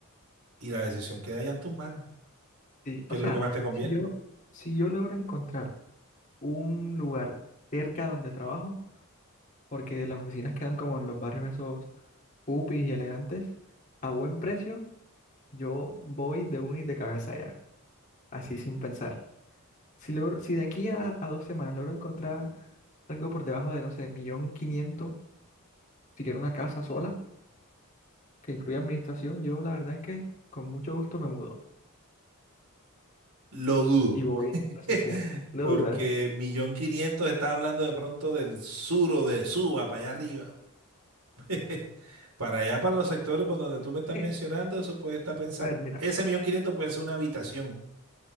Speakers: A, on the right; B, on the left.
A: y la decisión queda ya en tus manos,
B: sí,
A: que
B: o
A: es
B: sea,
A: lo que más te conviene.
B: si yo, si yo logro encontrar un lugar cerca donde trabajo, porque las oficinas quedan como en los barrios esos pupis y elegantes, a buen precio, yo voy de unis de cabeza allá así sin pensar. Si logro, si de aquí a, a dos semanas logro encontrar algo por debajo de, no sé, millón quinientos, si quiero una casa sola, que incluya administración, yo la verdad es que con mucho gusto me mudo
A: Lo dudo,
B: y voy
A: <laughs>
B: presencial. No
A: porque
B: dudas.
A: millón quinientos estás hablando de pronto del sur o de Suba, para allá arriba. <laughs> Para allá, para los sectores por donde tú me estás
B: Es
A: mencionando, eso puede estar pensando,
B: a ver, mira,
A: ese millón quinientos puede ser una habitación